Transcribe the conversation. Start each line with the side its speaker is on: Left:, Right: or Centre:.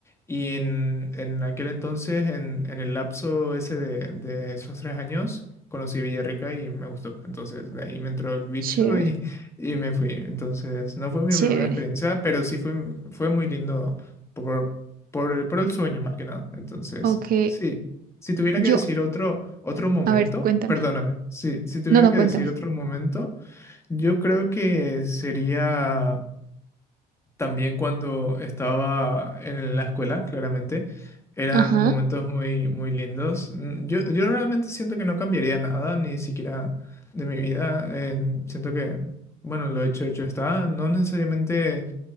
Left: Y en, en aquel entonces, en, en el lapso ese de, de esos tres años, conocí Villarrica y me gustó. Entonces, de ahí me entró el bicho
Right: chévere,
Left: y, <laughs> y me fui. Entonces, no fue mi
Right: chévere.
Left: primera experiencia, pero sí fue, fue muy lindo por, por el, por el sueño más que nada. Entonces,
Right: Ok.
Left: Sí, si tuviera
Right: Yo,
Left: que decir otro, otro momento,
Right: A ver, cuéntame.
Left: perdóname, sí, si tuviera
Right: No, no,
Left: que
Right: cuéntame.
Left: decir otro momento, yo creo que sería también cuando estaba en la escuela, claramente. Eran
Right: ajá,
Left: momentos muy, muy lindos. Mm, Yo, yo realmente siento que no cambiaría nada, ni siquiera de mi vida. eh, siento que, bueno, lo hecho, hecho está. No necesariamente